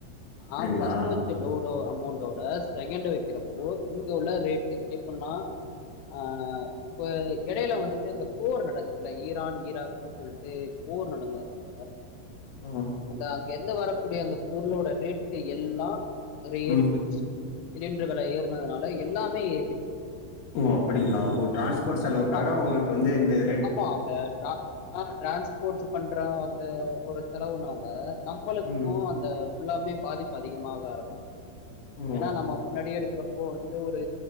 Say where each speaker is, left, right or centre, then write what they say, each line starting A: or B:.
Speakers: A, on the left; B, on the left.
A: அப்டிங்களா
B: ஆனா பஸ் வச்ச லோடோ அமௌண்டோ ராஸ் செகண்டு வைக்கிறப்போ இங்க உள்ள ரேட்டு எப்பனா ஆஹ இப்ப இடையில வந்துட்டு இந்த போர் நடந்துச்சு இல்ல ஈரான் ஈராக்கு சொல்ட்டு போர் நடந்ததுனால
A: ஓ
B: அதான் என்ன வரக்கூடிய அந்த பொருளோட ரேட் எல்லாம் நறைய ஏறி
A: ம்
B: போயிடுச்சு சிலிண்டர் வேல ஏற னதுனால எல்லாமே ஏறிடுச்சு
A: ஒ அப்டிங்களா ஒட் டிரான்ஸ்போர்ட்
B: அதனால
A: செலவுக்காக
B: நா
A: உங்களுக்கு வந்து இந்து
B: ஆமா அந்த த ஹாட் டிரான்ஸ்போர்ட் ஸ் பண்ற வந்த ஒரு செலவுனால நம்பளுக்கு
A: ம்
B: அந்த ஃபுல்லாமே பாதிப்பு அதிகமாக ஆரம்பிச்சுச்சி
A: ஓ
B: ஏன்னா நம்ம முன்னாடியே எடுக்கிறப் இப்போ வந்துட்டு ஒரு